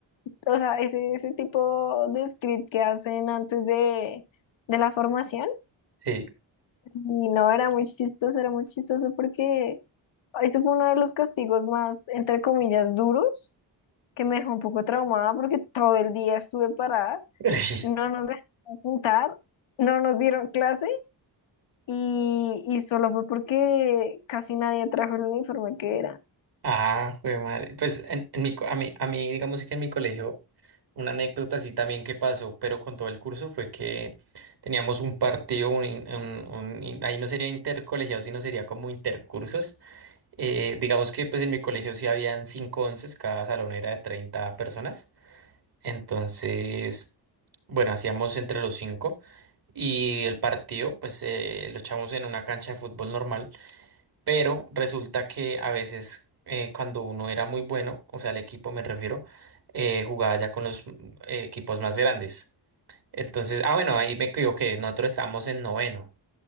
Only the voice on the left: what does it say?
o sea, ese, ese tipo de script que hacen antes de, de la formación.
Y no, era muy chistoso, era muy chistoso porque eso fue uno de los castigos más, entre comillas, duros, que me dejó un poco traumada porque todo el día estuve parada,
no nos dejaron juntar, no nos dieron clase. Y, y solo fue porque casi nadie trajo el uniforme que era.